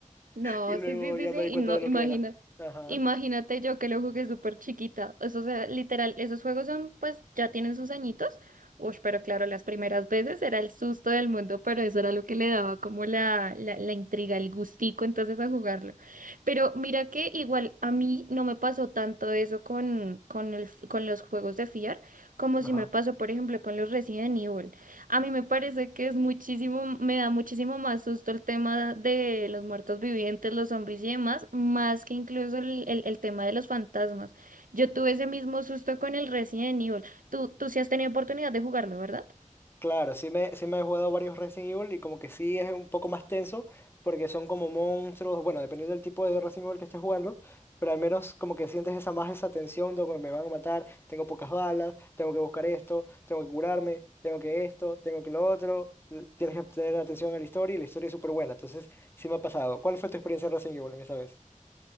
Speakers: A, on the right; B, on the left.
A: No,
B: Y luego
A: sí, sí, sí,
B: ya
A: sí,
B: me di
A: y
B: cuenta
A: no,
B: de lo
A: imagina,
B: que era. Ajá.
A: imagínate yo que lo jugué súper chiquita, eso, o sea, literal, esos juegos son, pues, ya tienen sus añitos, uy, pero claro, las primeras veces era el susto del mundo, pero eso era lo que le daba como la, la, la intriga, el gustico, entonces, a jugarlo, pero mira que igual a mí no me pasó tanto eso con, con el, con los juegos de FIAR, como
B: Ajá.
A: si me pasó, por ejemplo, con los Resident Evil, a mí me parece que es muchísimo, me da muchísimo más susto el tema de los muertos vivientes, los zombies y demás, más que incluso el, el- el tema de los fantasmas. Yo tuve ese mismo susto con el Resident Evil. Tú, tú sí has tenido oportunidad de jugarlo, ¿verdad?
B: Claro, sí me, sí me he jugado varios Resident Evil y como que sí es un poco más tenso porque son como monstruos, bueno, dependiendo del tipo de Resident Evil que estés jugando, pero al menos como que sientes esa más esa tensión de que me van a matar, tengo pocas balas, tengo que buscar esto, tengo que curarme, tengo que esto, tengo que lo otro, l- tienes que tener atención a la historia y la historia es súper buena, entonces sí me ha pasado. ¿Cuál fue tu experiencia en Resident Evil en esta vez?